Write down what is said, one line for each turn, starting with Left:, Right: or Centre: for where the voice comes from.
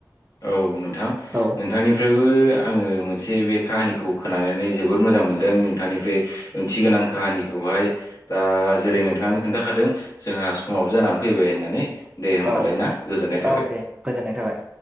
Left: औ नोंथां।
Right: औ
Left: नोंथांनिफ्रायबो आङो मोनसे बे काहानिखौ खोनानानै जोबोद मोजां मोनदों नोंथांनिफ्राय ओंथि गोनां काहानिखौहाय दा जेरै नोंथांआनो खोन्थाखादों जोंहा समाव जानानै फैबाय होननानै। दे होमबालाय
Right: औ
Left: ना गोजोननाय थाबाय।
Right: औ दे गोजोननाय थाबाय।